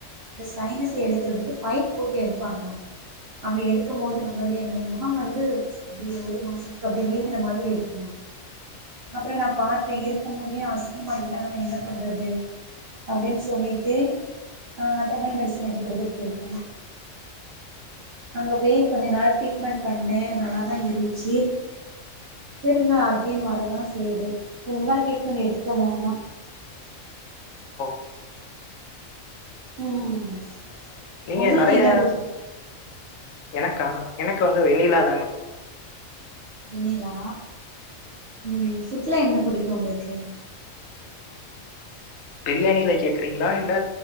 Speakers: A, on the right (about 55°); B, on the left (about 75°).
A: இந்த சைனஸ் எடுக்குறதுக்கு பைப் போட்டு எடுப்பாங்களா அப்டி எடுக்கும் போது நம்மளுடைய இந்த முஹம் வந்து அப்டியே ஒரு மாசத்துக்கு அப்டி வீங்குன மாதிரி இருக்குமா அப்றொ நா பாத்த இருக்க மூஞ்சியு அசிங்கமாக்கிட்டாங்கன்னா நா என்ன பண்றது அப்டின் சொல்லிட்டு ஆ <unintelligible> மெடிசன் எடுக்குறதுக்கு போய்ட்ட அங்க போய் கொஞ்ச நாள் ட்ரீட்மெண்ட் பண்ண நல்லாதா இருந்துச்சி திரும்ப அகேன் வரதான் செய்து ஃபுல்லா ட்ரீட்மெண்ட் எடுக்கல ஆனா
B: ஒ
A: ம்
B: நீங்க
A: உங்களுக்கு
B: நறைய
A: என்ன பிடிக்கு
B: எனக்கா எனக்கு வந்து வெண்ணிலாதாங்க
A: வெண்ணிலா ம் ஃபுட்ல என்ன புடிக்கு உங்களுக்கு
B: பிரியாணில கேக்குறீங்களா இல்ல